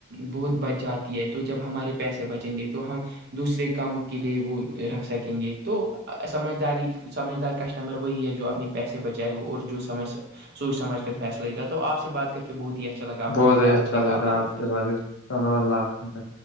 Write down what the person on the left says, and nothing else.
بہت ہی
اچھا
لگا
آپ
سے بات کر کے۔ چلو اللہ حافظ <unintelligible>